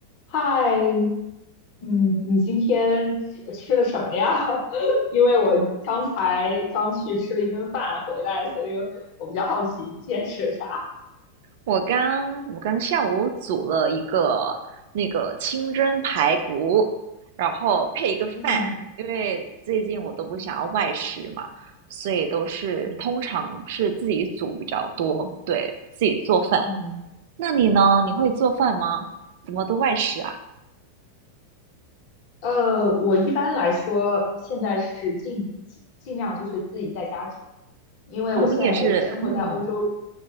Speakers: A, on the left (about 45°); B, on the right (about 50°).
A: 嗨，嗯，你今天吃吃了什么呀？<laughs> 因为我刚才刚去吃了一顿饭回来，所以我比较好奇你今天吃了啥。
B: 我刚我刚下午煮了一个那个清蒸排骨，然后配一个饭，
A: 嗯
B: 因为最近我都不想要外食嘛，
A: 嗯
B: 所以都是通常是自己煮比较多，
A: 嗯
B: 对，自己做饭。
A: 嗯，
B: 那你呢？你会做饭吗？怎么都外食啊？
A: 呃，我一般来说现在是尽尽量就是自己在家煮，因为我现在生活在欧洲，
B: 哦，你也是，嗯，